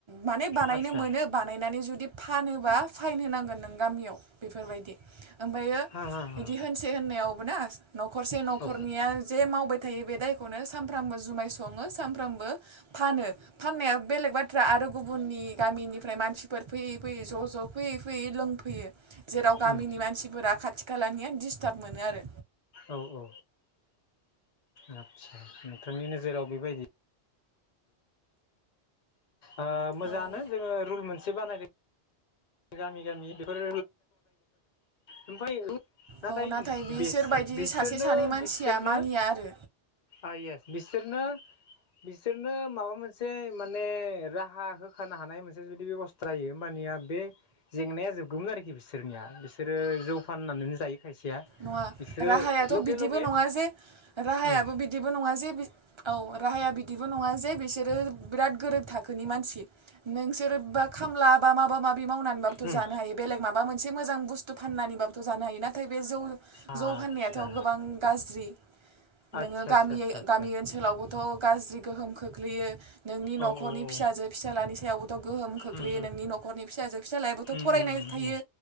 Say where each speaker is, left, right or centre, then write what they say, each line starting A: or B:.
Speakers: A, on the right; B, on the left.
A: माने बानायनो
B: आदसा
A: मोनो बानायनानै जुदि फानोबा फाइन होनांगोन नों गामियाव बेफोरबायदि। ओमफायो
B: हा हा हा
A: बिदि होनसे होननायावबो ना न'खरसे न'खरनिया
B: औ
A: जे मावबाय थायो बे दायखौनो सामफ्रामबो जुमाय सङो सामफ्रामबो फानो फाननाया बेलेग बाथ्रा आरो गुबुननि गामिनिफ्राय मानसिफोर फैयै-फैयै, ज'-ज'। फैयै-फैयै लोंफैयो जेराव गामिनि
B: उम
A: मानसिफोरा खाथि खालानिया दिस्टाब मोनो आरो।
B: औ-औ आतसा नोंथांनि नोजोराव बेबायदि ओ मोजाङानो
A: औ
B: जोङो रुल मोनसे बानाय गामि-गामि बेफोर <inaudible> नाथाय
A: औ
B: इस
A: बिसोर
B: बेस-बिसोरनो-बिसोरनो
A: बायदि सासे सानै मानसिया मानिया आरो
B: आ ये बिसोरनो-बिसोरनो माबा मोनसे माने राहा हो खानो हानाय मोनसे जुदि बेबस्था जायो ओमबानिया बे जेंनाया जोबगौमोन आरोखि बिसोरनिया बिसोरो जौ फाननानैनो जायो खायसेया
A: नङा
B: बिसोरो
A: राहायाथ'
B: लगे
A: बिदिबो
B: लगे
A: नङा जे राहायाबो
B: उम
A: बिदिबो नङा जे बि औ। राहाया बिदिबो नङा जे बिसोरो बिराद गोरोब थाखोनि मानसि नोंसोरो बा खामला बा माबा माबि मावनानैबोथ'
B: उम
A: जानो हायो बेलेग माबा मोनसे मोजां बुस्थु फाननानैबाबोथ' जानो हायो नाथाय बे जौ-जौ
B: आदसा
A: फाननायाथ' गोबां गाज्रि। नोङो
B: आदसा
A: गामि-गामि
B: आदसा आदसा आदसा
A: ओनसोलावबोथ' गाज्रि गोहोम खोख्लैयो नोंनि
B: औ
A: न'खरनि
B: औ
A: फिसाजो-फिसालानि सायावबोथ' गोहोम खोख्लैयो
B: उम
A: नोंनि नखरनि फिसा जाजो फिसालायाबोथ
B: उम
A: फरायनाय
B: उम
A: थायो
B: उम